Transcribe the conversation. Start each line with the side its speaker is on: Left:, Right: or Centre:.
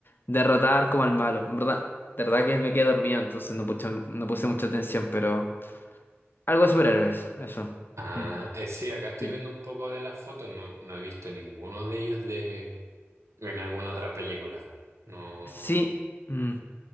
Left: derrotar como al malo. En verdad, de verdad que me quedé dormido, entonces no puse, no puse mucha atención, pero algo de superhéroes, eso.
Right: Ah,
Left: Mm,
Right: eh, sí, acá estoy
Left: sí.
Right: viendo un poco de las fotos. No, no he visto ninguno de ellos de en alguna otra película. No.
Left: Sí. mm.